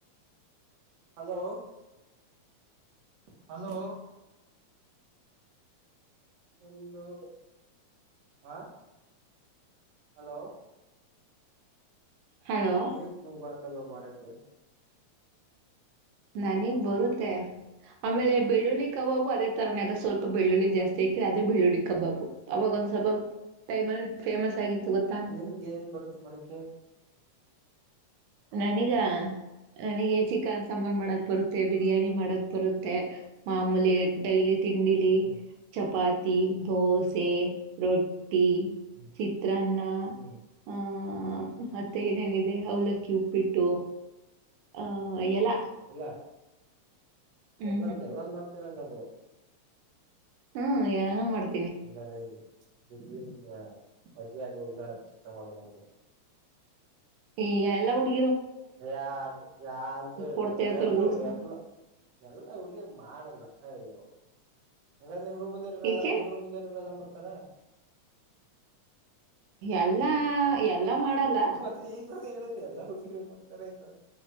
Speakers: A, on the right (about 65°); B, on the right (about 90°).
A: hello hello hello ಆ ಹಲೋ
B: ಹಲೋ
A: ಇ ನ ಬರ ಲ್ಲ ಮಾಡಕ್ಕೆ
B: ನನಗ್ ಬರುತ್ತೆ ಆಮೇಲೆ ಬೆಳ್ಳುಳ್ಳಿ ಕಬಾಬು ಅದೇ ತರನ ಸ್ವಲ್ಪ ಬೆಳ್ಳುಳ್ಳಿ ಜಾಸ್ತಿ ಹಾಕಿರ ಅದೆ ಬೆಳ್ಳುಳ್ಳಿ ಕಬಾಬು ಅವಾಗ ಒಂದ್ ಸ್ವಲ್ಪ ಟೈಮಲ್ಲಿ ಫೇಮಸ್ ಆಗಿತ್ತು ಗೊತ್ತಾ
A: ನಿಮ್ಗೆ ಏನ್ ಬರುತ್ತೆ ಮಾಡಕೆ
B: ನನಿಗ ತ ನಿ ಯೇ ಚಿಕನ್ ಸಾಂಬಾರು ಮಾಡೋಕ್ಕೆ ಬರುತ್ತೆ ಬಿರಿಯಾನಿ ಮಾಡೋ ಬರುತ್ತೆ ಮಾಮೂಲಿ ಡೈಲಿ ತಿಂಡಿಲಿ
A: ಹ್ಮ್
B: ಚಪಾತ್ ತಿಂದ್ ದೋಸೆ ರೋಟಿ ತಿಂದ್
A: ಹ್ಮ್
B: ಚಿತ್ರಾನ್ನ
A: ಹ್ಮ್
B: ಹು ಹು ಹೂ ಮತ್ತೆ ಏನೇನಿದೆ ಅವಲಕ್ಕ್ಯೂ ಉಪ್ಪಿಟ್ಟು ಹಹ ಎಲ್ಲ
A: ಇಲ್ಲ
B: ಹ್ಞೂ
A: ಎಲ್ಲ ಎಲ್ಲಂದ್ ಮಾಡ್ತವಿ ಅಂಗಂದ್ರೆ
B: ಹ್ಮ ಯಾರಲ್ಲ ಮಾಡಿ
A: ಅಲ್ಲಾರೆ ನಿಮ್ಮ ಮದ್ವೆ ಆಗ ಹೋಗಗ ಕೆಷ್ಟ <unintelligible> ಮಾಡೋಣ ಹಾಗಂಗ್ರ
B: ಹೇ ಎಲ್ಲ ಹುಡಿ
A: ಯಾ ಯಂದರು
B: ಕೊಡ್ತಾ ಇರ್ತಾರೆ
A: ಎಲ್ರು
B: ಗೂಳ್ಸ್ನ
A: ಎಲ್ಲ ಎಲ್ ಹುಡುಗಿಯರು ಮಾಡಲ್ಲ ಅಯ್ಯೋ ಹಾಗ ನಿಮ್ ರಲ್ಲವರು
B: ಏಕೆ
A: ಮುರಲ್ಲ ಮಾಡ್ ತರ
B: ಎಲ್ಲಾ ಎಲ್ಲಾ ಮಾಡಲ್ಲ
A: ಮತ್ತೆ ಈಗ ನಾನು ಹೇಳಿದ್ರೆ ಎಲ್ಲಾ ಹುಡುಗಿರು ಮಾಡ್ತಾರೆ ಆಯ್ತಾ